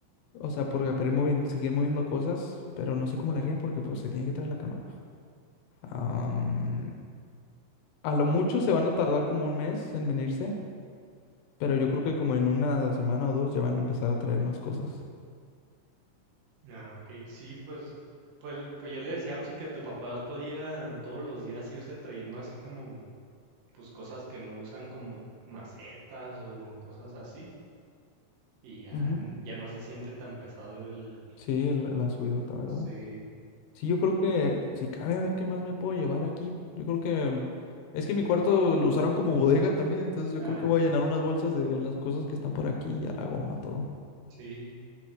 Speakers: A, on the left; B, on the right.
A: O sea, porque para ir moviendo, seguir moviendo cosas, pero no sé cómo lo haría porque pues se tiene que traer la cama. Am, a lo mucho se van a tardar como un mes en venirse, pero yo creo que como en una semana o dos ya van a empezar a traer más cosas.
B: Ah, ok, sí, pues, pues, pues yo le decía a Amsi que tu papá podía todos los días irse trayendo así como, pues cosas que no usan como macetas o cosas así, y ya,
A: Ujú.
B: n- ya no se siente tan pesado el...
A: Sí, la, la subidota, ¿verdad?
B: Sí,
A: Sí, yo creo que si cabe a ver qué más me puedo llevar aquí. Yo creo que mm, es que mi cuarto lo usaron como <laughs> bodega también, entonces
B: ah,
A: yo creo que voy a llenar unas bolsas de las cosas que están por aquí y a la goma todo.
B: sí,